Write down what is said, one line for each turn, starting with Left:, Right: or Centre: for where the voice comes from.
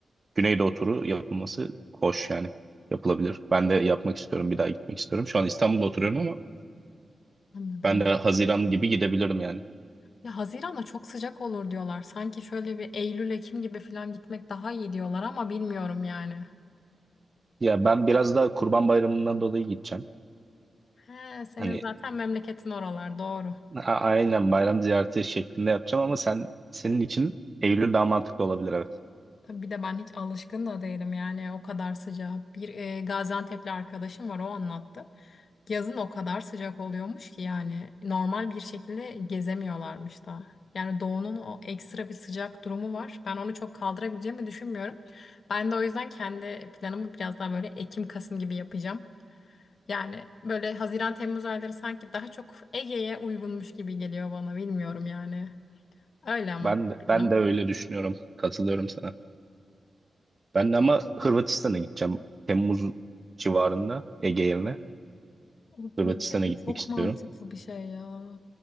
Right: Güneydoğu turu yapılması hoş yani yapılabilir. Ben de yapmak istiyorum. Bir daha gitmek istiyorum. Şu an İstanbul'da oturuyorum ama
Left: Anladım.
Right: Ben de Haziran gibi gidebilirim yani.
Left: Ya Haziran'da çok sıcak olur diyorlar. Sanki şöyle bir Eylül, Ekim gibi falan gitmek daha iyi diyorlar ama bilmiyorum yani.
Right: Ya ben biraz da Kurban Bayramı'ndan dolayı gideceğim.
Left: He, senin
Right: Hani
Left: zaten memleketin oralar doğru.
Right: a- aynen bayram ziyareti şeklinde yapacağım ama sen senin için Eylül daha mantıklı olabilir evet.
Left: Tabii bir de ben hiç alışkın da değilim yani o kadar sıcağı. Bir e, Gaziantep'li arkadaşım var o anlattı. Yazın o kadar sıcak oluyormuş ki yani normal bir şekilde gezemiyorlarmış da. Yani doğunun o ekstra bir sıcak durumu var. Ben onu çok kaldırabileceğimi düşünmüyorum. Ben de o yüzden kendi planımı biraz daha böyle Ekim-Kasım gibi yapacağım. Yani böyle Haziran-Temmuz ayları sanki daha çok Ege'ye uygunmuş gibi geliyor bana bilmiyorum yani. Öyle ama
Right: Ben de,
Left: planım.
Right: ben de öyle düşünüyorum. Katılıyorum sana. Ben de ama Hırvatistan'a gideceğim. Temmuz civarında Ege yerine
Left: Bu
Right: Hırvatistan'a
Left: bir şey söyleyeyim,
Right: gitmek
Left: çok
Right: istiyorum.
Left: mantıklı bir şey ya.